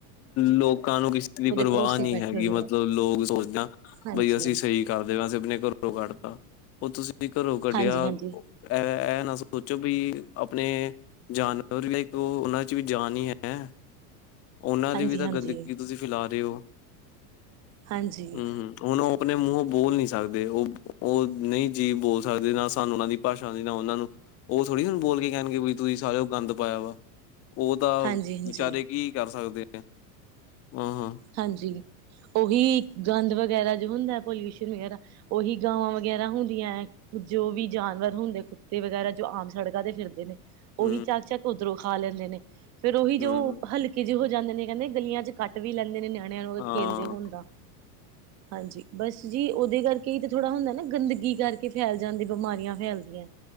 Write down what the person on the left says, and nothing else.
ਲੋਕਾਂ ਨੂੰ ਕਿਸੇ ਦੀ ਪਰਵਾਹ
ਨੀ
ਹੈਗੀ
ਮਤਲਬ
ਲੋਕ ਸੋਚਦੇ ਆ
ਬਈ ਅਸੀਂ ਸਹੀ ਕਰਦੇ ਵੈਸੇ ਅਪਣੇ ਘਰੋਂ ਕੱਢਤਾ, ਓਹ ਤੁਸੀਂ ਘਰੋਂ ਕੱਢਿਆ
ਓਹ ਐ ਐਹ ਨਾ ਸੋਚੋ ਬਈ ਅਪਣੇ ਜਾਨਵਰ ਵੀ ਓਹ ਓਹਨਾਂ ਚ ਵੀ ਜਾਨ ਹੀ ਹੈ। ਓਨਾਂ
ਦੀ ਵੀ ਤਾਂ
ਗੰਦਗੀ ਤੁਸੀਂ ਫੈਲਾ ਰੇਔ।
ਹੂੰ ਹੂੰ। ਹੁਣ, ਓਹ ਅਪਣੇ ਮੂੰਹੋਂ ਬੋਲ ਨੀ ਸੱਕਦੇ ਓਹ ਓਹ ਨਹੀਂ ਜੀ ਬੋਲ ਸਕਦੇ ਨਾ ਸਾਨੂੰ ਓਹਨਾਂ ਦੀ ਭਾਸ਼ਾ ਆਦੀ ਨਾ ਓਹਨਾਂ ਨੂੰ ਓਹ ਥੋੜ੍ਹੀ ਹੁਣ ਬੋਲ ਕੇ ਕੈੰਣਗੇ ਬਈ ਤੁਸੀਂ ਸਾਲਿਔ ਗੰਦ ਪਾਇਆ ਵਾ ਓਹ ਤਾਂ
ਵਿਚਾਰੇ ਕੀ ਕਰ ਸਕਦੇ ਆ। ਹੂੰ ਹੂੰ।
ਹੂੰ
ਹੂੰ,
ਹਾਂ।
<inaudible>